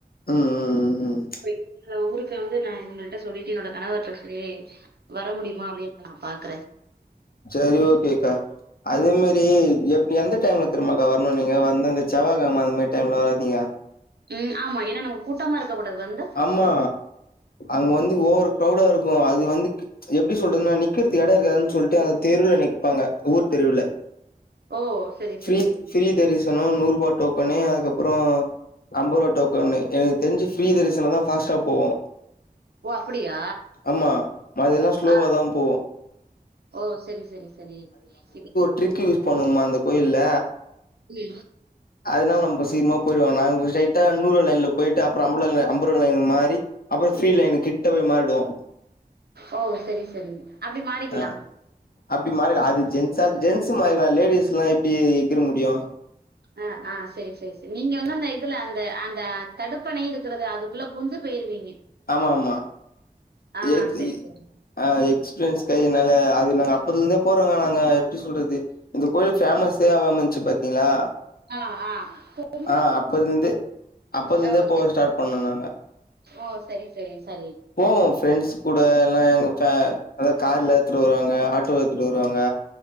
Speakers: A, on the left; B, on the right.
A: ம், ம்.
B: அப்றோ எங்க ஊருக்கா வந்து நா இவங்கள்ட்ட சொல்லிட்டு என்னோட கணவர்ட்ட சொல்லி வர முடியமா அப்டின்னு நா பாக்கற
A: சரி ஓகேக்கா அதே மேரி எப் எந்த டைம்ல தெர்ம்மாக்கா வரணு நீங்க வந்தா இந்த செவ்வா கெழம அந்த மாரி டைம்ல வராதீங்க
B: ம் ஆமா ஏனா நம்ம கூட்டமா இருக்க கூடாது வந்
A: அம்மா அங்க வந்து ஓவர் க்ரௌடா இருக்கு அது வந்து எப்டி சொல்றதுனா நிக்குறதுக்கு எடோ இருக்காதுன் சொல்ட்டு அந்த தெருவுல நிப்பாங்க ஊர் தெருவுல
B: ஓ சரி
A: ஃப்ரீ
B: சரி
A: ஃப்ரீ தரிசனோ நூறுபா டோக்கனு அதுக்கப்புறோ அம்பரூவா டோக்கன்னு எனக்கு தெரிஞ்சு ஃப்ரீ தரிசனோ தா ஃபாஸ்ட்டா போவு
B: ஓ! அப்படியா?
A: ஆம்மா மாதெல்லா ஸ்லோவாதா
B: ஆ.
A: போவு
B: ஓ சரி சரி சரி இப்
A: ட்ரிக்கு யூஸ் பண்ணுவோமா அந்த கோயில்ல
B: நு
A: அதனால நம்மோ சீக்கிரமா போயிடுவோ நாங்க ஸ்ரைட்டா நூறுபா லைன்ல போயிட்டு அப்றோ ஐம்புலைன் ஐம்பது ரூபா லைன்ல மாறி அப்றோ ஃப்ரீ
B: ம்.
A: லைன்ல கிட்ட போய் மாறிவோ
B: ஓ சேரி சேரி அப்டி மாறிக்கலா
A: ஆ அப்டி மாறிட்லா அது ஜென்ஸா ஜென்ஸ் மாறிக்லா லேடிஸ்லா எப்டி எகுற முடியு
B: அ ஆ சேரி சேரி சேரி நீங்க வந்து அந்த இதுல அந்த அந்த தடுப்பணை இருக்கறது அதுக்குள்ள புந்து போயிருவீங்க
A: ஆமா ஆமா
B: ஆ,
A: எக்யி
B: சரி, சரி.
A: ஆ எக்ஸ்பீரியன்ஸ் கை நாலா அது நாங்க அப்பத்துல இருந்தே போறோங்க நாங்க எப்டி சொல்றது இந்த கோயிலு ஃபேமஸ் சே ஆகாம இருச்சி பாத்தீங்களா
B: ஆ ஆ <inaudible>
A: ஆ அப்பத்துல இருந்தே அப்பத்துல இருந்தே
B: ஓ!
A: போவ
B: சரி.
A: ஸ்டார்ட் பண்ணோ நாங்க
B: ஓ சரி சரி சரி
A: போவோ ஃப்ரெண்ட்ஸ் கூட எல்லா எங்க ஃபே அதா கார்லா எடுத்துட்டு வருவாங்க ஆட்டோ எடுத்துட்டு வருவாங்க